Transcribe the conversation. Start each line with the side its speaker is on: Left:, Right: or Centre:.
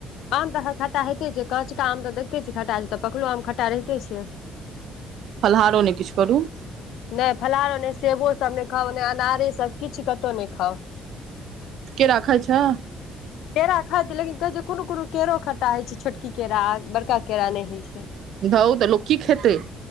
Left: आम तऽ ह खटा होेते छै काचका आम तऽ देखते छि खटा छै तऽ पकलो आम खट्टा रहिते छै
Right: फलहारो ने किछु करू
Left: नहि फलहारो नहि सेबो सब नहि खाउ नहि अनारे सब किछ कतहु नहि खाउ
Right: केरा खाई छें
Left: केरा खाइ छै लेकिन कहै छै जे कोनो कोनो केरो खट्टा होइ छै छोटकी केरा बड़का केरा नहि होइ छै
Right: धउ तऽ लोक की खेतै